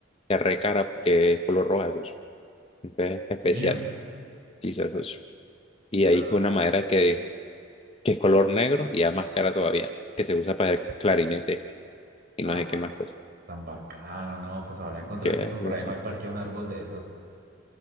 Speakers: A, on the left; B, on the right.
A: recara porque es color roja, socio. Entonces, especial,
B: serio?
A: sí, socio. Y ahí
B: Ah,
A: una madera que, que es color negro y es más cara todavía, que se usa para el clarinete y
B: ah,
A: no sé qué más cosas.
B: tan bacano, ¿no? Pues ahora encontrarse
A: ¿Qué es
B: uno por
A: eso?
B: ahí mal parque un árbol de eso.